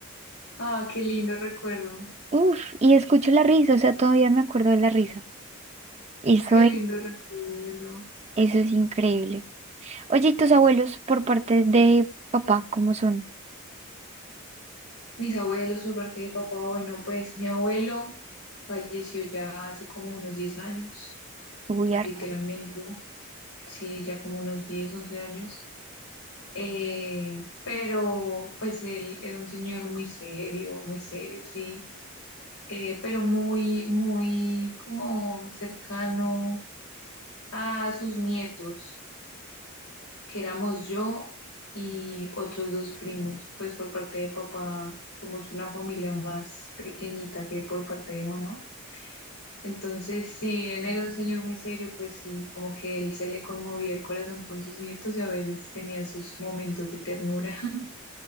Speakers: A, on the left; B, on the right.
A: ah, qué lindo recuerdo,
B: Uf, y escucho la risa, o sea, todavía me acuerdo de la risa. Eso
A: qué
B: es,
A: lindo recuerdo.
B: eso es increíble. Oye, ¿y tus abuelos por parte de papá, cómo son?
A: Mis abuelos por parte de papá, bueno, pues mi abuelo falleció ya hace como unos 10 años,
B: Uy, harto.
A: literalmente, sí, ya como unos 10, 11 años. Eh, pero pues él era un señor muy serio, muy serio, sí eh, pero muy, muy como cercano a sus nietos, que éramos yo y otros dos primos, pues por parte de papá somos una familia más pequeñita que por parte de mamá. Entonces, si bien era un señor muy serio, pues sí, como que él se le conmovía el corazón con sus nietos y a veces tenía sus momentos de ternura. <laughs>